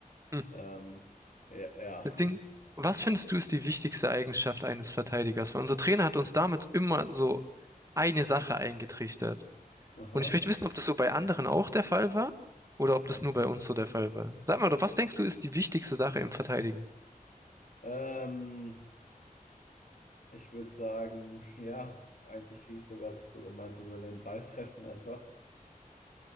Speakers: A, on the right; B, on the left.
A: Hm.
B: Ähm, ja, ja.
A: Das Ding, was findest du ist die wichtigste Eigenschaft eines Verteidigers? Weil unser Trainer hat uns damit immer so eine Sache eingetrichtert.
B: <laughs> Aha.
A: Und ich möchte wissen, ob das so bei anderen auch der Fall war oder ob
B: Ja.
A: das nur bei uns so der Fall war. Sag mal, doch, was denkst du, ist die wichtigste Sache im Verteidigen?
B: Ähm, ich würde sagen, ja, eigentlich, wie ich sogar so gemeint, habe, so den Ball treffen einfach.